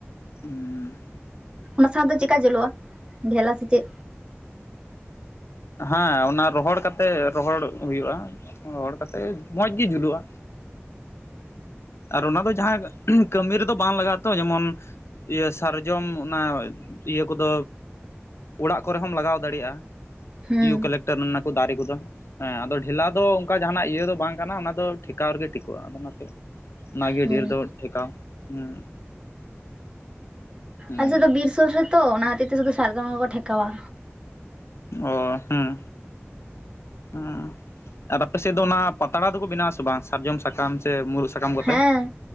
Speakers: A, on the left; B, on the right.
A: ᱩᱸ
B: ᱚᱱᱟ ᱥᱟᱦᱟ ᱫᱚ ᱪᱮᱠᱟ ᱡᱳᱞᱚᱜᱼᱟ ᱾ᱰᱷᱮᱞᱟ ᱥᱮ ᱪᱮᱜ?
A: ᱦᱮᱸ ᱚᱱᱟ ᱨᱚᱦᱚᱲ ᱠᱟᱛᱮ ᱨᱚᱦᱚᱲ ᱦᱩᱭᱩᱜᱼᱟ᱾ ᱨᱚᱦᱚᱲ ᱠᱟᱛᱮᱜ ᱢᱚᱸᱡᱽ ᱜᱮ ᱡᱩᱞᱩᱜᱼᱟ᱾ ᱟᱨ ᱚᱱᱟ ᱫᱚ ᱡᱟᱦᱟᱸ ᱠᱟᱹᱢᱤ ᱨᱮᱫᱚ ᱵᱟᱝ ᱞᱟᱜᱟᱜᱼᱟ ᱛᱚ ᱾ ᱡᱮᱢᱚᱱ ᱤᱭᱟᱹ ᱥᱟᱨᱡᱚᱢ ᱚᱱᱟ ᱤᱭᱟᱹ ᱠᱚᱫᱚ ᱚᱲᱟᱜ ᱠᱚᱨᱮ ᱦᱚᱸᱢ ᱞᱟᱜᱟᱣ ᱫᱟᱲᱮᱭᱟᱜᱼᱟ᱾
B: ᱦᱩᱸ
A: ᱤᱭᱩ ᱠᱟᱞᱮᱠᱴᱟᱨ ᱚᱱᱟ ᱫᱟᱨᱮ ᱠᱚᱫᱚ᱾ ᱦᱮᱸ ᱟᱫᱚ ᱰᱷᱮᱞᱟ ᱫᱚ ᱚᱱᱠᱟ ᱡᱟᱦᱱᱟᱜ ᱤᱭᱟᱹ ᱫᱚ ᱵᱟᱝ ᱠᱟᱱᱟ᱾ ᱚᱱᱟ ᱫᱚ ᱴᱷᱮᱠᱟᱣ ᱨᱮᱜᱮ ᱴᱷᱤᱠᱚᱜᱼᱟ ᱾ᱟᱫᱚ ᱚᱱᱟᱛᱮ ᱚᱱᱟᱜᱮ
B: ᱦᱩᱸ
A: ᱰᱷᱮᱨ ᱫᱚ ᱴᱷᱮᱠᱟᱣ ᱦᱩᱸ ᱦᱮᱸ
B: ᱟᱞᱮ ᱥᱮᱫ ᱫᱚ ᱵᱤᱨ ᱥᱳᱨ ᱨᱮ ᱛᱚ ᱾ ᱚᱱᱟ ᱦᱟᱛᱤᱨ ᱛᱮ ᱥᱩᱫᱩ ᱥᱟᱨᱡᱚᱢ ᱜᱮᱠᱚ ᱴᱷᱮᱠᱟᱣᱼᱟ᱾
A: ᱚ ᱦᱩᱸ ᱦᱩᱸ ᱟᱨ ᱟᱯᱮ ᱥᱮᱫ ᱫᱚ ᱚᱱᱟ ᱯᱟᱛᱲᱟ ᱫᱚᱠᱚ ᱵᱮᱱᱟ ᱟᱥᱮ ᱵᱟᱝ, ᱥᱟᱨᱡᱚᱢ ᱥᱟᱠᱟᱢ ᱥᱮ ᱢᱩᱨᱩᱫ ᱥᱟᱠᱟᱢ ᱠᱚᱛᱮ
B: ᱦᱮᱸ